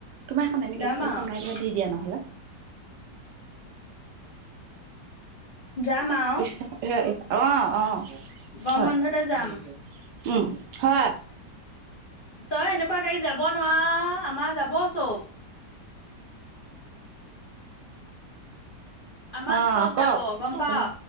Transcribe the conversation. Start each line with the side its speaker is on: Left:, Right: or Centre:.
Right: তোমাৰ এখন এনেকে
Left: যাম
Right: স্ক্ৰীনশত
Left: আৰু
Right: মাৰি পেলাই দি দিয়া নহলে।
Left: যাম আৰু
Right: <unintelligible> <unintelligible> <unintelligible> অ, অ,।
Left: গৰম
Right: হয়,
Left: বন্ধতে যাম
Right: উম, হয়। <inaudible> <unintelligible>
Left: তই এনেকুৱা গাড়ী যাব নোৱাৰ আমাৰ যাব চব আমাৰ
Right: অ
Left: চব
Right: কওক
Left: যাব গম পাৱ